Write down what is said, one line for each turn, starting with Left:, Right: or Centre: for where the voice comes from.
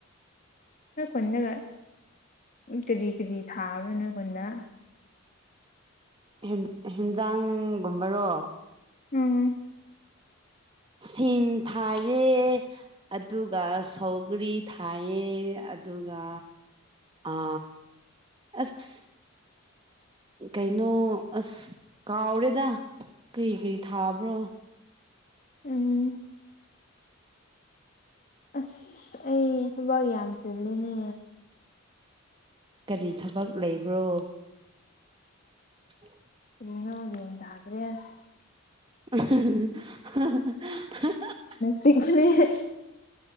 Left: ꯅꯣꯢ ꯈꯨꯟꯗꯒ ꯀꯔꯤ ꯀꯔꯤ ꯊꯥꯕ꯭ꯔ ꯅꯣꯢ ꯈꯨꯟꯗ
Right: ꯍꯦꯟ ꯍꯦꯟꯖꯥꯡꯒꯨꯝꯕꯔꯣ
Left: ꯎꯝ
Right: ꯁꯤꯡ ꯊꯥꯏꯌꯦ ꯑꯗꯨꯒ ꯁꯧꯒ꯭ꯔꯤ ꯊꯥꯏꯑꯦ ꯑꯗꯨꯒ ꯑꯥ ꯑꯁ ꯀꯩꯅꯣ ꯑꯁ ꯀꯥꯎꯔꯦꯗ ꯀꯔꯤ ꯀꯔꯤ ꯊꯥꯕ꯭ꯔꯣ
Left: ꯎꯝ ꯑꯁ ꯑꯩ ꯊꯕꯛ ꯌꯥꯝ ꯆꯤꯜꯂꯤꯅꯦ
Right: ꯀꯔꯤ ꯊꯕꯛ ꯂꯩꯕ꯭ꯔꯣ ꯑꯣ
Left: ꯌꯦꯅꯣ ꯒꯦꯟ ꯇꯥꯗ꯭ꯔꯦꯁ
Right: <unintelligible>
Left: ꯄꯤꯛꯄꯅꯤ